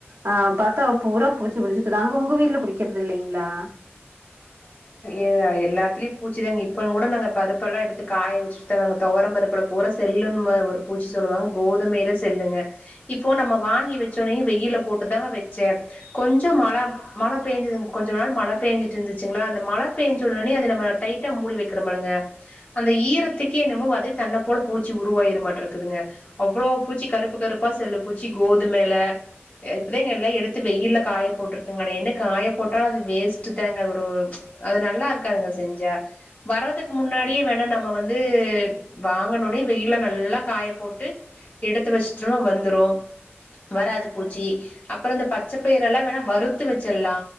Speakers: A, on the right (about 55°); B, on the left (about 35°).
A: அ பாத்தா பூரா பூச்சி புடிச்சுக்குது அங்க உங்க வீட்ல புடிக்றது இல்லிங்ளா
B: எது எல்லாத்லியு பூச்சிதாங்க இப்பவு கூட நாங்க பருப்பெல்லா எடுத்து காய வச்சிட்தா வரங்க தொவரம் பருப்பல பூரா செல்லும்மா ஒரு பூச்சி சொல்லுவாங்க கோதுமைல செல்லுங்க இப்போ நம்ம வாங்கி வச் சொன்னே வெய்யில்ல போட்டுத்தா வச்ச கொஞ்சம் மழ மழ பேஞ்சதுங் கொஞ்ச நாள் மழ பேஞ்ச இருந்துச்சுங்லா அந்த மழ பேஞ்சொடனே அது நம டைட்டா மூடி வக்ற பழுங்க அந்த ஈரத்துக்கே என்னமோ அது தன்னப்போல பூச்சி உருவாயிருமாட்ரக்குதுங்க அவ்ளோ பூச்சி கருப்பு கருப்பா செல்லு பூச்சி கோதுமைல அது நல்லா எடுத்து வெய்யில்ல காய போட்ருக்கங்க ஆன என்ன காயபோட்டா அது வேஸ்ட்டு தாங்க ஒரு அது நல்லாருக்காதுங்க செஞ்சா வர்றதுக்கு முன்னாடியே வேணா நம்ம வந்து வாங்கணோனே வெயில நல்லா காய போட்டு எடுத்து வச்சுட்டோனா வந்துரும் வராது பூச்சி அப்றம் இந்த பச்சப்பயிரெல்லா வேணா வறுத்து வச்சில்லா